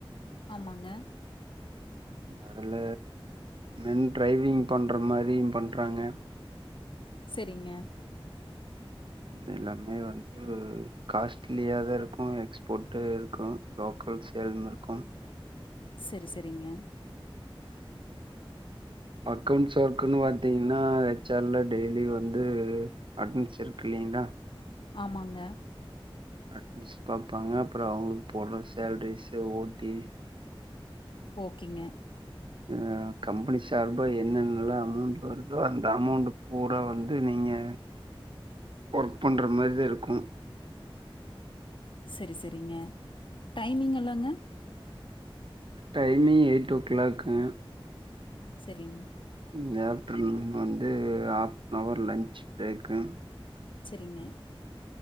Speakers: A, on the left; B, on the right.
A: ஆமாங்க
B: அதுல மென் டரைவிங் பண்ற மாரியு பண்றாங்க
A: செரிங்க
B: எல்லாமே வந்து காஸ்ட்லியாதா இருக்கும் எக்ஸ்போர்ட்டு இருக்கும் லோக்கல் சேலும் இருக்கும்
A: செரி செரிங்க
B: அக்கவுன்ஸ் ஒர்க்கன்னு பாத்தீங்கன்னா எச் ஆர்ல டெய்லியு வந்து அட்டன்ஸ் இருக்கு இல்லங்களா
A: ஆமாங்க
B: அட்னன்ஸ் பாப்பாங்க அப்பறோ அவுங்களுக்கு போட்ற சேலரிஸ் ஓட்டி
A: போகிங்க
B: அ கம்பெனி சார்பா என்னன்னல்லா அமௌண்ட் வருதோ அந்த அமௌண்ட் பூரா வந்து நீங்க ஒர்க் பண்ற மாதிரிதா இருக்கும்
A: செரி செரிங்க டைமிங் எல்லாங்க
B: டைமிங் எயிட் ஓ ஃக்ளாக்கு
A: செரிங்
B: இந்த ஆஃப்டர்நூன் வந்து ஆஹாஃப் நவரு லன்ச் ப்ரேக்கு
A: செரிங்க